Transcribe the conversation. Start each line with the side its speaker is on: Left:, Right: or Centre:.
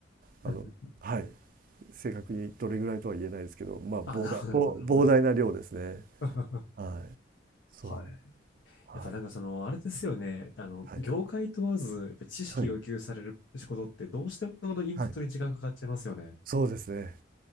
Right: あの、
Left: うんうん。
Right: はい、正確にどれぐらいとは言えないですけど、まあ、膨大、
Left: あ、なるほど、なるほど、
Right: 膨膨大な量ですね。
Left: なるほど。<laughs>
Right: はい。そう。
Left: はい。
Right: は
Left: やっぱなんかその、あれですよね。あの、
Right: い。
Left: 業界問わず、やっぱ知識要求される仕事ってどうしてもそのインプットに時間かかっちゃいますよね。
Right: はい。はい。そうですね。